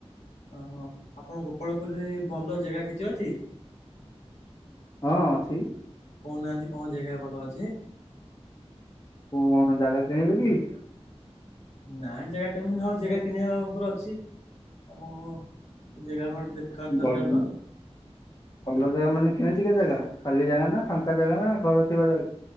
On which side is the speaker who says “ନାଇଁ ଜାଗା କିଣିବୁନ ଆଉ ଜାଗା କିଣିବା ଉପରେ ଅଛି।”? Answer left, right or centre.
Left